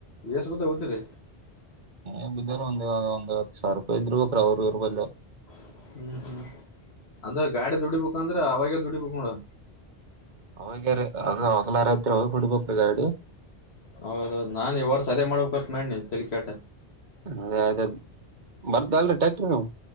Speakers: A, on the left (about 75°); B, on the right (about 45°).
A: ಎಷ್ಟ್ ಬಿದ್ದ ಹೋಗ್ತೀರಿ
B: ಹ ಬೋ ಒ ಹ ಸಾವಿ ರೂಪಿ ಇದ್ಬೇಕ್ರ ಅವ್ರರೂ ರೂಪಾಯಲ್ಲ
A: ಹ ಹ್ಮ ಅಂದ್ರೆ ಗಾಡಿ ದುಡಿ ಬುಕ್ ಅಂದ್ರೆ ಅವಾಗ್ಯ ದುಡಿ ಬುಕ್ ನೋಡ್ರ
B: ಅವಗ್ಯಾರ ಅವ ಅವೋಗ್ಲಾರೈತ್ರಿ ಅವಾಗ ಹುಡ್ಬ್ರೀ ಗಾಡಿ
A: ಹೌದೌದು್ ನಾನ್ ಇ ವರ್ಷ ಅದೇ ಮಾಡ್ಬೇಕಕತ್ ಮಾಡೇ ನೀ ತಲಿಕಾಟ
B: ಅದೇ ಅದೇ ಬರ್ದಲ್ರಿ ಟ್ಯಾಕ್ಟ್ರ ನೀವು